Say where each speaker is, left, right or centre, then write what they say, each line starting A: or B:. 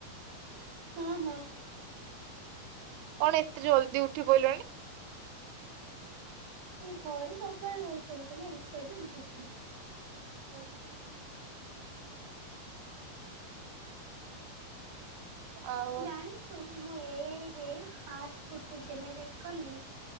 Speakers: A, on the right; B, on the right.
A: ହଁ ହଁ,
B: କଣ ଏତେ ଜଲଦି ଉଠି ପଡିଲଣି?
A: <unintelligible> ସବୁବେଳେ ରହୁଛନ୍ତି ନା ଏମିତି ଶୋଇବେ ଏମିତି ଉଠିବେ
B: <unintelligible> ଆଉ
A: ଜାଣିଛୁ ମୁଁ ଏ ଆଇ ରେ ପାସ୍ ଫୋଟୋ ଜେନେରେଟ କଲି,